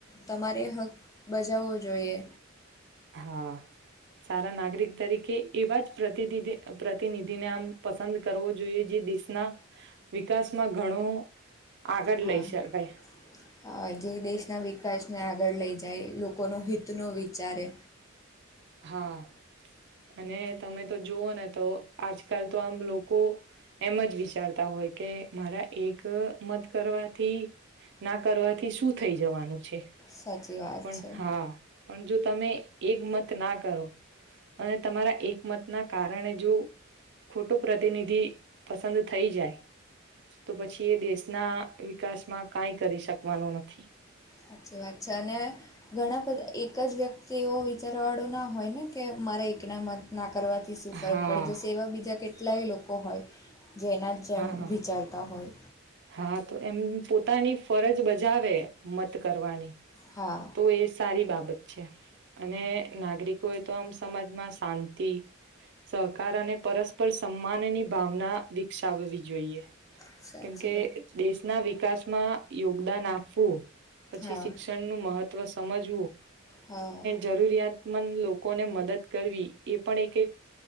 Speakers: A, on the left (about 15°); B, on the right (about 60°).
A: તમારે હક બજાવવો જોઈએ
B: હા, સારા નાગરિક તરીકે, એવા જ પ્રતિિધિ પ્રતિનિધિને આમ પસંદ કરવો જોઈએ, જે દેશના વિકાસમાં ઘણો આગળ
A: હા,
B: લઈ શકાય
A: જે દેશના વિકાસમા આગ આગળ લઈ, જાય લોકોનું હિતનો વિચારે
B: હા અને તમે, તો જોુવઓ ને તો આજકાલ તો આમ લોકો એમ જ વિચારતા હોય, કે મારા એક મત કરવાથી ના કરવાથી શું થઈ, જવાનું છે.
A: સાચી વાત
B: પણ,
A: છે
B: હા પણ, જો તમે એક મત ના કરો. અને તમારા એકમતના કારણે, જો. ખોટો પ્રતિનિધિ પસંદ થઈ, જાય. તો પછી એ દેશના વિકાસમાં કઈ કરી શકવાનું નથી.
A: સાચી વાત છે, અને ઘણા બધા એક જ વ્યક તો એવો વિચારવા વાળુંના હોય, ને કે મારા એકના મત નાખે. કરવાથી શું ફરક,
B: હા
A: પડે જ સ એવા બીજા, કેટલાય લોકો હોય. જેના, જેમ
B: હા હા
A: વિચારતા હોય.
B: હા, તો એમ પોતાની ફરજ, બજાવે મત કરવાની
A: હા
B: તો એ સારી બાત છે, અને નાગરિકો એ તો આમ સમાજમાં શાંતિ. સહકાર અને પરસ્પર સન્માનની ભાવના વિકસાવવી જોઈએ.
A: સ <unintelligible>
B: કે દેશના વિકાસમા યોગદાન આપવું પછી,
A: હા
B: શિક્ષણનું, મહત્વ સમજવું,
A: હા
B: જરૂરિયાત. મન લોકોને મદદ કરવી, એ પણ એક, એક